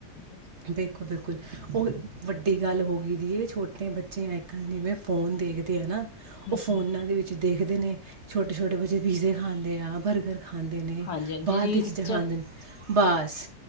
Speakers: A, on the left; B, on the right.
A: ਬ
B: ਬਿਲਕੁਲ ਬਿਲਕੁਲ ਉਹ ਵੱਡੀ ਗੱਲ ਹੋ ਗਈ ਦੀ ਇਹ ਛੋਟੇ ਬੱਚੇ ਅੱਜ ਕੱਲ੍ਹ ਜਿਵੇਂ ਫੋਨ ਹੈ ਨਾ
A: ਹੂੰ-ਹੂੰ,
B: ਉਹ ਫੋਨਾਂ ਦੇ ਵਿੱਚ ਦੇਖਦੇ ਨੇ ਛੋਟੇ ਛੋਟੇ ਬੱਚੇ ਪੀਜ਼ੇ ਖਾਂਦੇ ਆ ਬਰਗਰ ਖਾਂਦੇ ਨੇ
A: ਹਾਂਜੀ-ਹਾਂਜੀ,
B: ਬਾਹਰ
A: ਰੀਲਸ
B: ਦੀਆਂ ਚੀਜ਼ਾਂ ਖਾਂਦੇ ਨੇ ਬੱਸ